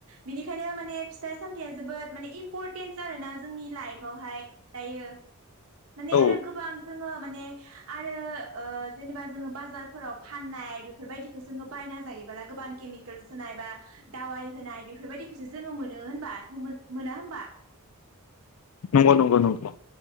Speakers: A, on the right; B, on the left.
A: बिनिखायनो माने फिथाइ सामथायाइया जोबोद माने इम्पर्टेन्सआ आरोना जोंनि लाइफआवहाय दायो माने
B: औ
A: आरो गोबां जो ङो माने आरो ओ जेनेबा जोङो बाजारफोराव फाननाय बेफोरबायदिखौ जोङो बायना जायोबोला गोबां केमिकेल होनाय बा दावाय होनाय बेफोरबायदिखौसो जोङो मोनो होनबा मोना होनबा?
B: नंगौ नंगौ नंगौ